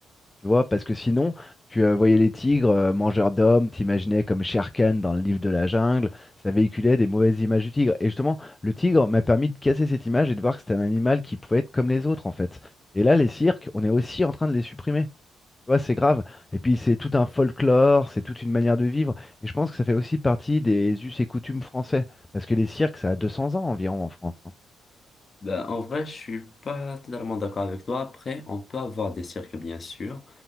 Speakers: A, on the left (about 20°); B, on the left (about 40°).
A: Tu vois, parce que sinon, tu euh, voyais les tigres euh, mangeurs d'hommes, t'imaginais comme Shere Khan dans le livre de la jungle. Ça véhiculait des mauvaises images du tigre. Et justement, le tigre m'a permis de casser cette image et de voir que c'était un animal qui pouvait être comme les autres, en fait. Et là, les cirques, on est aussi en train de les supprimer. Tu vois, c'est grave. Et puis c'est tout un folklore, c'est toute une manière de vivre. Et je pense que ça fait aussi partie des us et coutumes français. Parce que les cirques, ça a 200 ans environ en France. hein.
B: Ben, en vrai, je suis pas totalement d'accord avec toi. Après, on peut avoir des cirques, bien sûr,